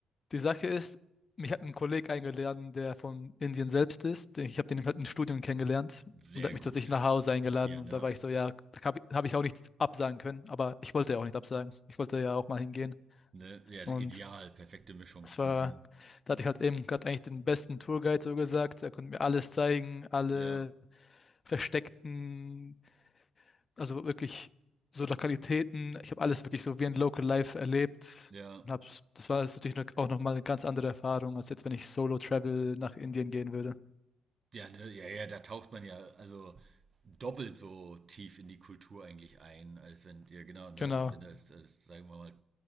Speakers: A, on the left; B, on the right.
A: die Sache ist, mich hat ein Kollege eingeladen, der von Indien selbst ist. Ich habe den halt im Studium kennengelernt
B: Sehr
A: und der hat mich
B: gut.
A: zu sich nach Hause eingeladen
B: Ja,
A: und
B: ne?
A: da war ich so, ja, da habe ich, hab ich auch nichts absagen können, aber ich wollte ja auch nicht absagen. Ich wollte ja auch mal hingehen
B: Ne? Ja,
A: und
B: ideal, perfekte Mischung.
A: Es war,
B: Mhm.
A: da hatte ich halt eben gerade eigentlich den besten Tourguide so gesagt. Er konnte mir alles zeigen, alle
B: Ja,
A: versteckten, also wirklich so Lokalitäten. Ich habe alles wirklich so wie ein Local Life erlebt.
B: ja.
A: Und hab's, das war jetzt natürlich noch- auch nochmal eine ganz andere Erfahrung, als jetzt, wenn ich Solo Travel nach Indien gehen würde.
B: Ja, ne? Ja, ja, da taucht man ja also doppelt so tief in die Kultur eigentlich ein, als wenn, ja genau, ne?
A: Genau.
B: Als wenn das, das sagen wir mal,